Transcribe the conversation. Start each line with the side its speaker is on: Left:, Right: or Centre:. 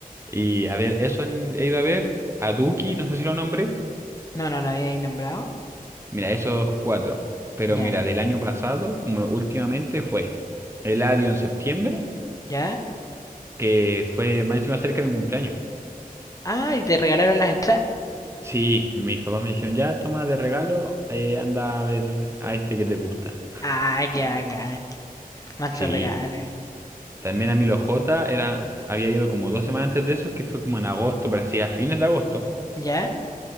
Right: Y a ver, eso en- he ido a ver, a Duki, no sé si lo nombré,
Left: No, no la había ahí nombrado.
Right: mira, esos cuatro. Pero
Left: Ya,
Right: mira, del año pasado, como últimamente fue Eladio en septiembre.
Left: ya.
Right: que fue más encima cerca de mi cumpleaños.
Left: Ah, y te regalaron las entradas.
Right: Sí, mis papás me dijeron, ya toma de regalo, eh, anda a ver a este que te gusta.
Left: Ah, qué bacán. Manso
Right: Sí,
Left: regalo.
Right: también a Milo J era, había ido como dos semanas antes de eso, que fue como en agosto, pero así a fines de agosto.
Left: Ya,